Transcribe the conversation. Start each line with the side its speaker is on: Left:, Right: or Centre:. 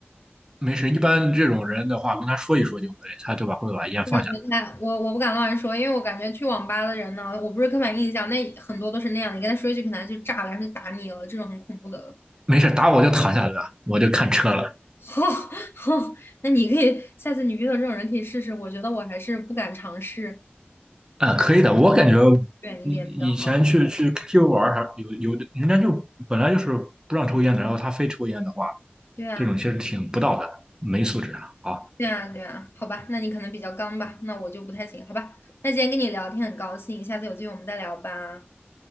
Right: 没事，一般这种人的话，跟他说一说就会，他就把会把烟放下
Left: 那我看我我不敢乱说，因为我感觉去网吧的人呢，我不是刻板印象，那很多都是那样的，你跟他说一句，可能他就炸了，然后就打你了，这种很恐怖的。
Right: 没事，打我就躺下对吧？我就看车了。
Left: 好，<laughs> 好，那你可以下次你遇到这种人可以试试，我觉得我还是不敢尝试，
Right: 啊、可以的，我感觉
Left: 远一点比较好。
Right: 以以前去去 KTV 玩儿还有有的人家就本来就是不让抽烟的，然后他非抽烟的话，
Left: 对啊，
Right: 这种其实挺不道德的，没素质啊。好
Left: 对啊，对啊，好吧，那你可能比较刚吧，那我就不太行，好吧。那今天跟你聊天很高兴，下次有机会我们再聊吧。